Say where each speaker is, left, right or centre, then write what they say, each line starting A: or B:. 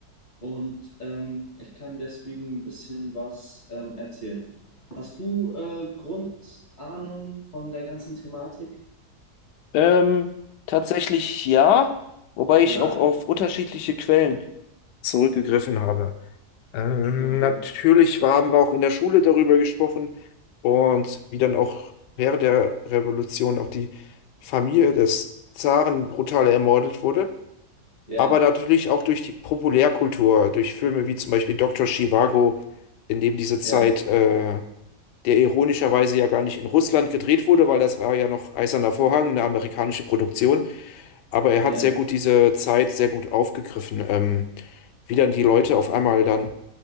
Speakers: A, on the left; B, on the left.
A: und ähm, ich kann deswegen ein bisschen was ähm, erzählen. Hast du äh, Grundahnung von der ganzen Thematik?
B: Ähm, tatsächlich ja, wobei ich
A: Ja,
B: auch auf unterschiedliche Quellen zurückgegriffen habe. Ähm,
A: okay.
B: natürlich war- haben wir auch in der Schule darüber gesprochen und wie dann auch während der Revolution auch die Familie des Zaren brutal ermordet wurde.
A: Ja,
B: aber natürlich auch durch die Populärkultur, durch Filme wie zum Beispiel Doktor Zhivago, in dem diese Zeit,
A: ja,
B: äh, der ironischerweise ja gar nicht in Russland gedreht wurde, weil das war ja noch Eiserner Vorhang, eine amerikanische Produktion. Aber er hat
A: ja,
B: sehr gut diese Zeit sehr gut aufgegriffen, ähm, wie dann die Leute auf einmal dann